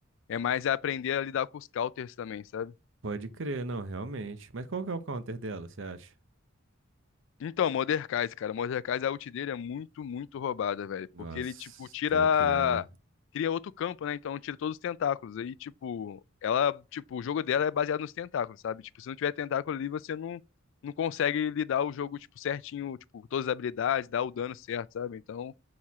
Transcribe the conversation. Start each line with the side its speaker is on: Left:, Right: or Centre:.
Left: é mais aprender a lidar com os counters também, sabe?
Right: Pode crer, não, realmente. Mas qual que é o counter dela, você acha?
Left: Então, Mordekaiser, cara, Mordekaiser, a ult dele é muito, muito roubada, velho.
Right: Nossa,
Left: Porque ele, tipo, tira.
Right: pior que é, né?
Left: Cria outro campo, né? Então tira todos os tentáculos. Aí, tipo, ela, tipo, o jogo dela é baseado nos tentáculos, sabe? Tipo, se não tiver tentáculo ali, você não, não consegue lidar o jogo, tipo, certinho, tipo, todas as habilidades, dar o dano certo, sabe? Então,